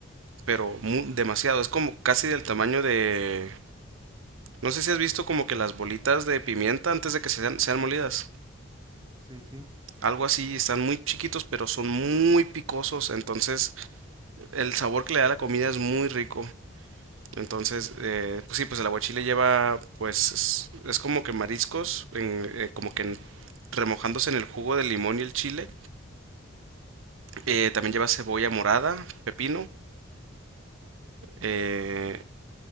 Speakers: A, on the right; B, on the right.
A: pero mu- demasiado. Es como casi del tamaño de... No sé si has visto como que las bolitas de pimienta antes de que sean, sean molidas.
B: sí, sí, sí,
A: Algo así, están muy chiquitos, pero son muy picosos. Entonces, el sabor que le da la comida es muy rico. Entonces, eh, pues sí, pues el aguachile lleva, pues es, es como que mariscos, en- eh, como que en- remojándose en el jugo del limón y el chile. Eh, también lleva cebolla morada, pepino. eh,